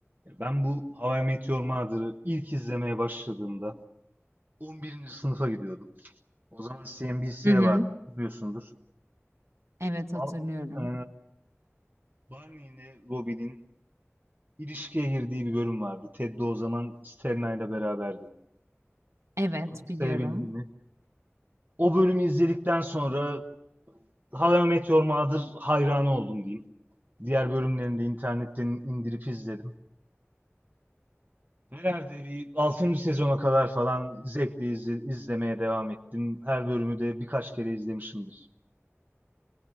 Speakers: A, on the right (about 40°); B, on the right (about 80°).
A: Ya Ben bu How I Met Your Mother'ı ilk izlemeye başladığımda 11. sınıfa gidiyordum. O zaman CNBC'ye
B: Hı hı.
A: vardı biliyorsundur.
B: Evet hatırlıyorum.
A: Al, e, Barney ile Robin'in ilişkiye girdiği bir bölüm vardı. Ted de o zaman Sterna ile beraberdi.
B: Evet
A: Onu sevebildin
B: biliyorum.
A: mi? O bölümü izledikten sonra How I Met Your Mother hayranı oldum diyeyim. Diğer bölümlerini de internetten indirip izledim. Herhalde bir 6. sezona kadar falan zevkle izle- izlemeye devam ettim. Her bölümü de birkaç kere izlemişimdir.